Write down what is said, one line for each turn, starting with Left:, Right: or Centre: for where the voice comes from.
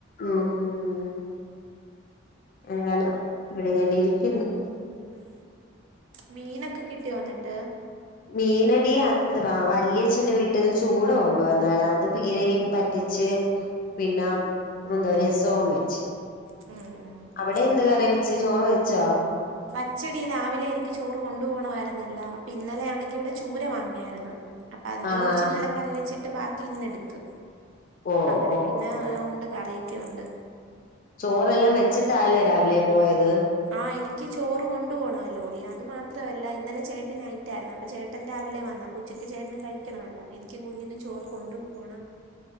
Left: ഉം അങ്ങനാ ഇവിടെങ്ങനെ ഇരിക്കുന്നു
Right: ഉ മീനൊക്കെ കിട്ടി യോന്നിട്ട്
Left: മീനടി എന്തവാ വലിയച്ഛ്ന്റെ വീട്ടിൽന്ന് ചൂള കൊണ്ട വന്ന യിരുന്നു അത് പീരയും പറ്റിച്ച് പിന്നെ എന്താ രസവുംം വെച്ച്
Right: ആ ആ
Left: അവിടെ എന്ത്ാ കറി വെച്ച ചോറ് വെച്ചോ
Right: വച്ചടി രാവിലെ എനിക്ക് ചോറ് കൊണ്ടുപ പോകണമായിരുന്നില്ല അപ്പ ഇന്നലെ ആണെങ്കി ഇവിടെ ചൂര വാങ്ങിയായിരുന്നു അപ്പൊ അതിന്റെ
Left: ആഹ്
Right: കുറച്ച് ഇന്നലെ കറി വെച്ചിട്ട് ബാക്കി ഇന്ന എടുത്തു
Left: ഓ
Right: അങ്ങനെന്നെ
Left: ഓ
Right: പിന്നെ
Left: ഓ
Right: ഉണ്ട് കറിയൊക്കെ ഉണ്ട്
Left: ചോറെല്ലാം വെച്ചിട്ടാല്ലേ രാവിലെ പോയത്
Right: ആ എനിക്ക് ചോറ് കൊണ്ടു പോോണമല്ലോടി അത് മാത്രമല്ല ഇന്നലെ ചേട്ടൻ നയിറ്റായിരുന്നു അപ്പ ചേട്ടൻ രാവിലെ വന്ന ഉച്ചക്ക് ചേട്ടനും കഴിക്കണേല്ലോ എനിക്കും കുഞ്ഞിനും ചോറ് കൊണ്ടും പോണം